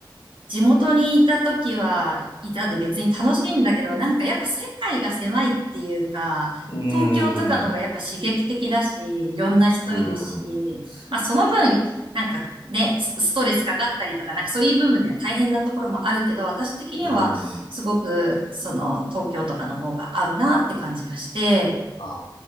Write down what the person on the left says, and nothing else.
うー
ん。う
ーん。う
ーん。あ